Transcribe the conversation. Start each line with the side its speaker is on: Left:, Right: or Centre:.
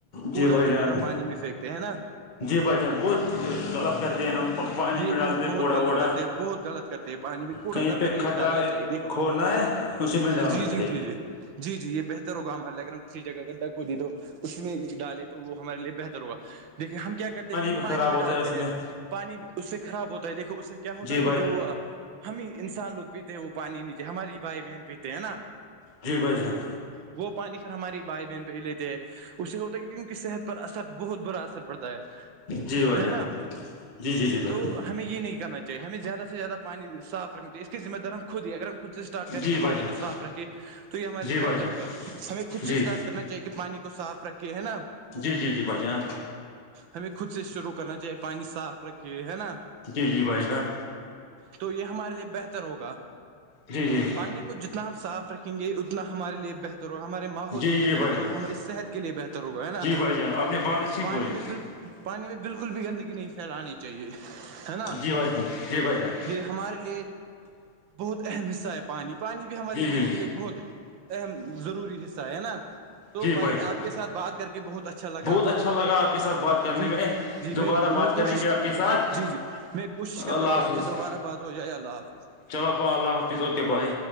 Right: کوڑا
Left: جی بھائی
Right: کر
Left: جان
Right: کٹم پانی میں پھینکتے ہیں نا
Left: جی بھائی جان بہت غلط کرتے ہیں ہم پانی
Right: یہ
Left: میں ڈالتے
Right: بھی ہم بہت
Left: کوڑا
Right: غلط
Left: ووڑا
Right: کرتے ہیں بہت غلط کرتے ہیں پانی میں کوڑا
Left: کہیں
Right: کرکٹ
Left: پہ
Right: نہیں
Left: کھڈا
Right: ڈالنا چاہیے دیکھو
Left: کھودنا ہے اسی میں ڈالنا
Right: جی جی
Left: چاہیے
Right: جی جی جی جی یہ بہتر ہوگا ہمارے لیے اگر ہم کسی جگہ کا ڈک کو دے تو اس میں ڈالیں تو وہ ہمارے لیے بہتر ہوگا دیکے ہم کیا کرتے ہیں کہ ہم
Left: بھی
Right: پانی
Left: خراب
Right: میں
Left: ہوتا
Right: ڈالتے
Left: ہے اس
Right: ہیں
Left: میں
Right: پانی اس سے خراب ہوتا ہے دیکھو اس سے کیا ہوتا
Left: جی
Right: ہے کہ
Left: بھائی جان
Right: جو ہم ہی انسان لوگ پیتے ہیں وہ پانی نیچے ہماری بھائی بہن پیتے ہیں نا
Left: جی بھائی جان
Right: وہ پانی پھر ہماری بھائی بہن پہ ہی لیتے ہے اس سے ہوتا ہے کی ان کی صحت پر اثر بہت برا اثر پڑتا ہے
Left: جی بھائی
Right: ہے
Left: جان
Right: نا
Left: جی جی جی بھائی
Right: تو ہمیں یہ نہیں کرنا چاہے ہمیںیادہ سے زیادہ پانی صاف رکھنا چاہیے اسس ذمہ دار ہم خود ہی اگر ہم خود سے ٹ کریں
Left: جی
Right: گے پانی
Left: بھائی جان
Right: کو صاف رکھے تو یہ ہمارے لیے
Left: جی بھائی
Right: بہتر
Left: جان
Right: ہوگا ہمیں خود سے
Left: جی
Right: اسٹارٹ کر کرنا چاہیے کہ پانی کو صاف رکھھیے ہے نا
Left: جی جی جی بھائی جان
Right: ہمیں خود سے شروع کرنا چاہیے پانی صاف رکھے ہے نا
Left: جی جی بھائی جان
Right: تو یہ ہمارے لیے بہتر ہوگا
Left: جی جی
Right: پانی کو جتنا ہم صاف رکھیں گے اتنا ہمارے لیے بہتر ہو ہمارے ماحول
Left: جی
Right: کے لیے
Left: جی
Right: بہتر
Left: بھائی جان
Right: ہوگا ہماری صحت کے لیے بہتر ہوگا ہے نا
Left: جی بھائی جان آپ نے بہت اچھی
Right: پانی
Left: بولی
Right: میں بالکل پانی میں بالکل بھی گندگی نہیں پھیلانی چیے چاہیے ہے نا
Left: جی بھائی جان جی بھائی جان
Right: یہ ہمارے لیے بہت اہم حصہ ہے پانی پانی بھی ہماری
Left: جی
Right: زندگی
Left: جی
Right: کے لیے بہت اہم ضروری حصہ ہے نا تو
Left: جی
Right: بھائی
Left: جان
Right: آپ کے ساتھ بات کر کے بہت اچھا لگا
Left: بہت اچھا لگا آپ کے ساتھ بات کرنے
Right: جی
Left: میں
Right: جی جی
Left: دوبارہ
Right: میں
Left: بات
Right: میں کوشش
Left: کریں گے آپ کے ساتھ
Right: جی جی میں کوشش کرتا
Left: اللہ
Right: ہوں کہ
Left: حافظ
Right: آپ سے دوبارہ بات ہو جائے اللہ حافظ
Left: چلو بھا اللہ حافظ اوکے بھائی